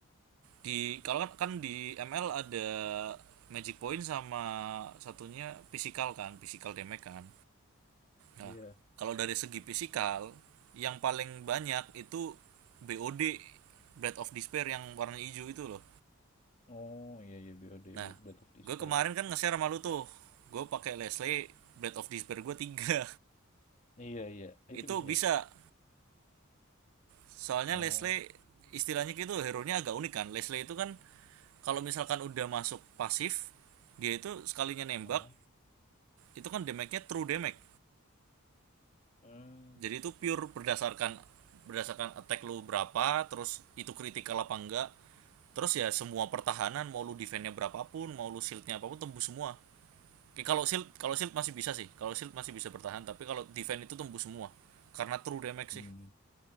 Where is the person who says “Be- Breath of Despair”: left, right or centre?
Left